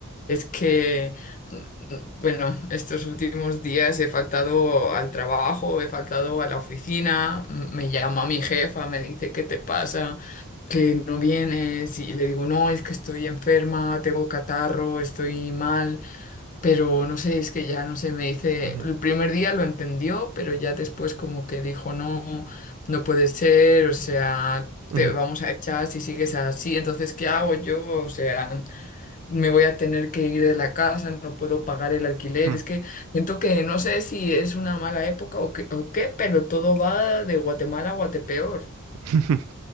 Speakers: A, on the left; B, on the right.
A: Es que, mm, mm, bueno, estos últimos días he faltado al trabajo, he faltado a la oficina, m- me llama mi jefa, me dice, ¿qué te pasa? Que no vienes y le digo, no, es que estoy enferma, tengo catarro, estoy mal, pero no sé, es que ya no sé, me dice,
B: ujú,
A: el primer día lo entendió, pero ya después como que dijo, no, no puede ser, o sea,
B: ujú,
A: te vamos a echar si sigues así, entonces, ¿qué hago yo? O sea me voy a tener que ir de la casa, no puedo pagar el alquiler.
B: ujú.
A: Es que siento que no sé si es una mala época o qué, o qué, pero todo va de Guatemala a Guatepeor.
B: <laughs>